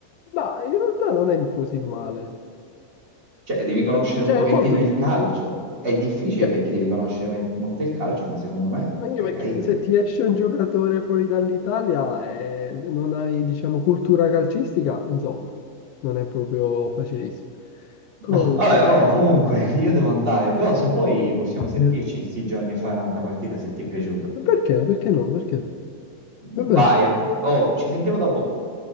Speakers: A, on the left; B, on the right.
A: Ma in realtà non è così male.
B: Cioè, devi
A: In-
B: conoscere
A: Cioè,
B: un pochettino
A: è molto difficile.
B: il calcio. È difficile
A: Cioè,
B: perché devi conoscere me- molto il calcio, ma secondo me
A: anche
B: è
A: perché
B: carina.
A: se ti esce un giocatore fuori dall'Italia e non hai, diciamo, cultura calcistica, insomma, non è proprio facilissimo.
B: Boh,
A: Comunque,
B: vabbè, oh, comunque, io devo andare, però se vuoi possiamo sentirci
A: eh,
B: in sti giorni e fare un'altra partita se ti è piaciuto.
A: perché? Perché no? Perché?
B: Vai,
A: Vabbè,
B: oh, ci sentiamo dopo.